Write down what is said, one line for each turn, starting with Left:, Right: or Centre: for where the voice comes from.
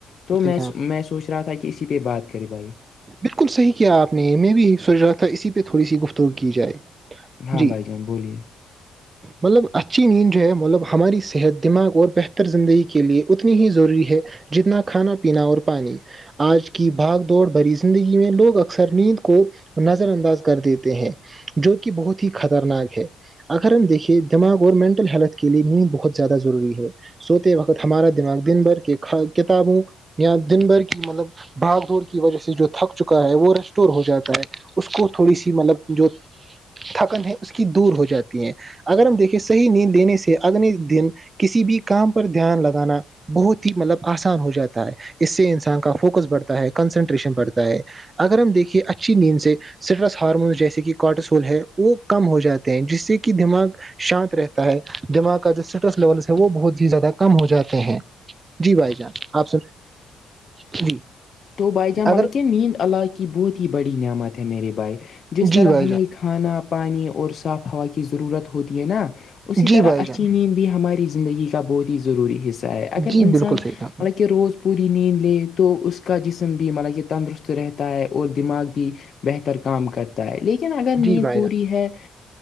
Left: تو
Right: بالکل صحیح
Left: میں
Right: کہا آپ نے
Left: میں سوچ رہا تھا کہ اسی پہ بات کرے بھائی
Right: بالکل صحیح کیا آپ نے میں بھی سوچ رہا تھا اسی پہ تھوڑی سی گفتگو کی جائے
Left: ہاں
Right: جی
Left: بھائی جان بولیے
Right: مطلب اچھی نیند جو ہے مطلب ہماری صحت دماغ اور بہتر زندگی کے لیے ات نی ہی ضروری ہے جتنا کھانا پینا اور پانی آج کی بھاگ دوڑ بھری زندگی میں لوگ اکثر نیند کو نظر انداز کر دیتے ہیں جو کہ بہت ہی خطرناک ہے اگر ہم دیکھیے دماغ اور مینٹل ہیلتھ کے لیے نیند بہت زیادہ ضروری ہے سوتے وقت ہمارا دماغ دن بھر کی کتابوں یا دن بھر کی مطلب بھاگ دوڑ کی وجہ سے جو تھک چکا ہے وہ ریسٹور ہو جاتا ہے اس کو تھوڑی سی مطلب جو تھکن ہے اس کی دور ہو جاتی ہے اگر ہم دیکے صح نیند دینے سے اگلے دن کسی بھی کام پر دھیان لگانا بہت ہی مطلب آسان ہو جاتا ہے اس سے انسان کا فوکس بڑھتا ہے کنسنٹریشن بڑھتا ہے اگر ہم دیکھیے اچھی نیند سے سٹرس ہارمونس جیسے کہ کاٹسٹول ہے وہ کم ہو جاتے ہیں جس سے کہ دماغ شانت رہتا ہے دماغ کا جو اسٹریس لیولس ہے وہ بہت ہی زیادہ کم ہو جاتے ہیں جی بھائی جان آپ س جی
Left: تو بھائی جاملک
Right: اگر
Left: کیا نیند علاق کی بہت ہی بڑی نعمت ہے میرے بھائی جس طرح
Right: جی بھائی
Left: ہمیں
Right: جان
Left: کھانا پانی اور صاف ہوا کی ضرورت ہوتی ہے نا اسی
Right: جی
Left: طرح
Right: بھائی
Left: اچینین
Right: جان
Left: ہماری زندگی کا بہت ہی ضروری حصہ ہے اگر
Right: جی
Left: انسان
Right: بالکل صحیح کہا آپ نے۔
Left: مطلب کہ روز پوری نیند لے تو اس اس کا جسم بھی مطلب یہ تندرست رہتا ہے اور دماغ بھی بہتر کام کرتا لیکن اگر نیند
Right: جی بھائی
Left: پوری ہے